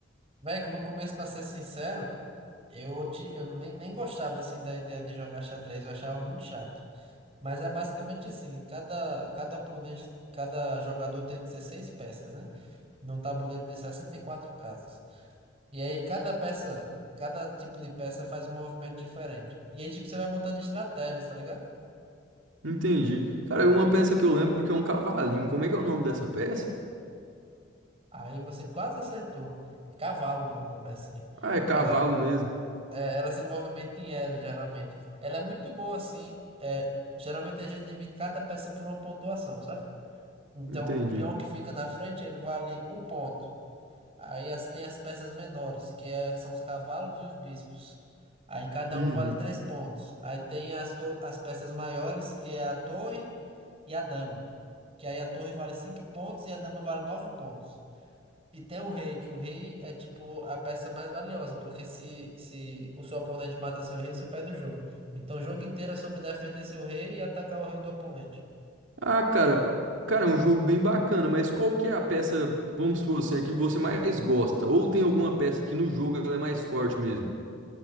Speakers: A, on the right; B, on the right.
A: Velho, no começo, pra ser sincero, eu, odi- eu nem, nem gostava, assim, da ideia de jogar xadrez, eu achava muito chato. Mas é basicamente assim, cada, cada oponente, cada jogador tem 16 peças, né? Num tabuleiro de 64 casas. E aí cada peça, cada tipo de peça faz um movimento diferente. E aí, tipo, você vai montando estratégias, tá ligado?
B: Entendi. Cara, uma peça que eu lembro que é um cavalinho. Como é que é o nome dessa peça?
A: Aí você quase acertou. É Cavalo o nome da pecinha.
B: Ah, é cavalo
A: Ela,
B: mesmo.
A: é, ela se movimenta em L, geralmente. Ela é muito boa, assim. É, geralmente a gente divide cada peça por uma pontuação, sabe? Então,
B: Entendi.
A: o peão que fica na frente, ele vale um ponto. Aí as, tem as peças menores, que é, são os cavalos e os bispos. Aí cada
B: Uhum.
A: um vale três pontos. Aí tem as, to- as peças maiores, que é a torre e a dama. Que aí a torre vale 5 pontos e a dama vale 9 pontos. E tem o rei, que o rei é tipo a peça mais valiosa, porque se, se o seu oponente mata seu rei, você perde o jogo. Então o jogo inteiro é sobre defender seu rei e atacar o rei do oponente.
B: Ah, cara, cara, é um jogo bem bacana, mas qual que é a peça, vamos supor assim, a que você mais gosta? Ou tem alguma peça que no jogo ela é mais forte mesmo?